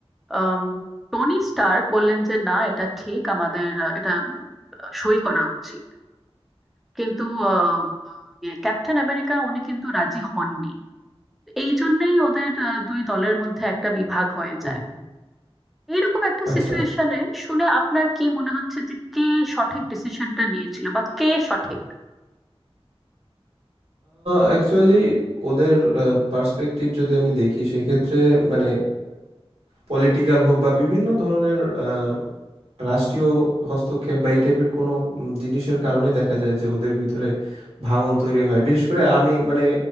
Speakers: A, in the centre; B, on the right (about 80°).
A: আম, টনি স্টার্ক বললেন যে না এটা ঠিক আমাদের আহ, এটা সই করা উচিত কিন্তু আহ, আহ, ইয়ে, ক্যাপ্টেন আমেরিকা উনি কিন্তু রাজি হননি এই জন্যেই ওদের আহ, দুই দলের মধ্যে একটা বিভাগ হয়ে
B: হুম
A: যায়
B: হুম।
A: এইরকম একটা
B: আচ্ছা
A: সিচুয়েশনে
B: আচ্ছা
A: শুনে আপনার কি মনে হচ্ছে যে কে সঠিক ডিসিশনটা নিয়েছিল বা কে সঠিক
B: অ্যাকচুয়ালি ওদের পার্সপেক্টিভ যদি আমি দেখি সেক্ষেত্রে মানে পলিটিক্যাল হোক বা বিভিন্ন ধরনের আহ, রাষ্ট্রীয় হস্তক্ষেপ বা এই টাইপের কোনো উম, জিনিসের কারণে দেখা যায় যে ওদের ভিতরে ভাঙন তৈরি হয় বিশেষ করে আমি মানে